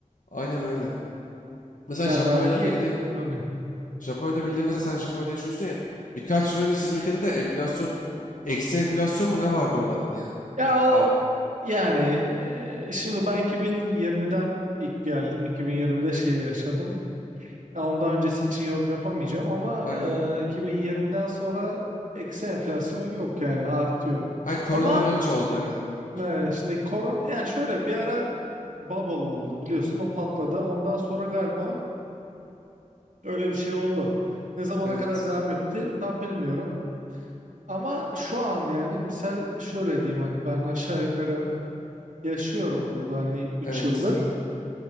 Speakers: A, on the left; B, on the right.
A: Aynen öyle. Mesela
B: Ya
A: Japonya'da
B: vergi
A: bildiğim
B: hani
A: Japonya'da bildiğin mesela sen Japonya'da yaşıyorsun ya. Birkaç yıl önce sizin ülkede de enflasyon, eksi enflasyon mu ne var diyorlardı ya.
B: ya o
A: Abi
B: yani e, şimdi ben 2020'den ilk geldim. 2020'de şey yaşadım. Ya ondan öncesi için yorum yapamayacağım ama
A: aynen.
B: e, 2020'den sonra eksi enflasyon yok yani artıyor.
A: Aynen koronadan
B: Ama
A: önce oldu herhalde onun.
B: e, işte korona yani şöyle bir ara bubble oldu biliyorsun o patladı. Ondan sonra galiba öyle bir şey oldu. Ne zamana
A: Evet.
B: kadar devam etti tam bilmiyorum. Ama şu an yani misal şöyle diyeyim hani ben aşağı yukarı yaşıyorum burada hani 3
A: Evet.
B: yıldır.